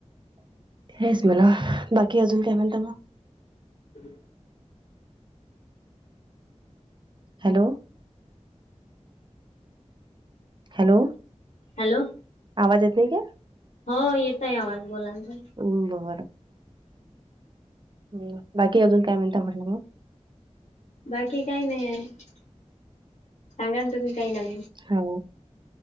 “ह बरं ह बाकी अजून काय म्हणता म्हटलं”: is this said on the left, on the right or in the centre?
Right